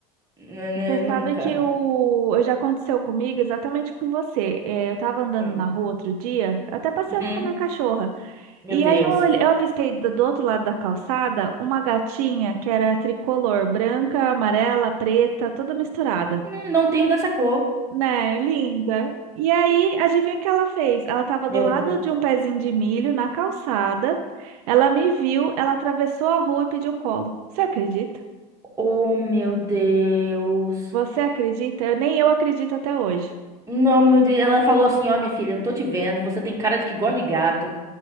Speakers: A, on the right; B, on the right.
A: N- n-
B: Você
A: Nunca.
B: sabe que o... já aconteceu comigo exatamente com você. É, eu tava andando
A: Hum.
B: na rua outro dia, até passeando
A: Uhum.
B: com a minha cachorra.
A: Meu
B: E
A: Deus.
B: aí eu, olhe- eu avistei do, do outro lado da calçada uma gatinha que era tricolor, branca, amarela, preta, toda misturada.
A: Hum, Não tenho dessa cor.
B: Né? Linda. E aí, adivinha o que ela fez? Ela estava
A: Meu
B: do lado
A: Deus.
B: de um pezinho de milho na calçada. Ela me viu, ela atravessou a rua e pediu colo. Você acredita?
A: Oh, meu Deus.
B: Você acredita? Eu, nem eu acredito até hoje.
A: Não, meu Deus. Ela falou assim: Ó, minha filha, eu tô te vendo. Você tem cara de que gosta de gato.